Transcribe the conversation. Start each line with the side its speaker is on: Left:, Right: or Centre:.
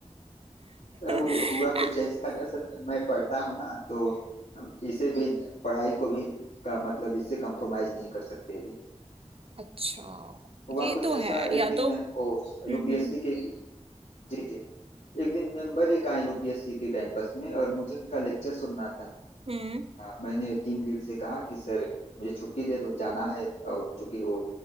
Left: हु-
Right: <laughs>
Left: हुआ कुछ ऐसा असल में मैं पढ़ता हूँ ना तो अम, इसे भी पढ़ाई को भी का मतलब इससे कंप्रोमाइज नहीं कर सकते अभी
Right: अच्छा
Left: हुआ
Right: ये
Left: कुछ
Right: तो
Left: ऐसा
Right: है
Left: एक
Right: या
Left: दिन
Right: तो
Left: वो
Right: हम्म
Left: यूपीएससी
Right: हम्म
Left: के जी जी एक दिन मेंबर एक आए यूपीएससी के कैंपस में और मुझे उनका लेक्चर सुनना था
Right: हम्म,
Left: मैंने टीम लीड से कहा कि सर मुझे छुट्टी दे दो जाना है और चूंकि वो